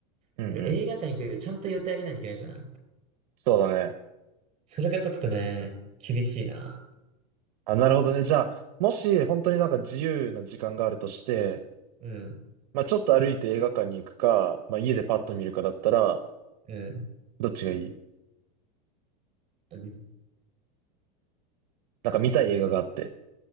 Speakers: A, on the right; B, on the right.
A: うんうん。
B: だけど映画館行くよりちゃんと予定あげないといけないじゃん。
A: そうだね。
B: それがちょっとね、厳しいな。
A: あ、なるほどね。じゃあ、もし本当になんか自由な時間があるとして、
B: うん、
A: まあちょっと歩いて映画館に行くか、まあ家でパッと見るかだったら、
B: うん。
A: どっちがいい
B: うん
A: なんか見たい映画があって。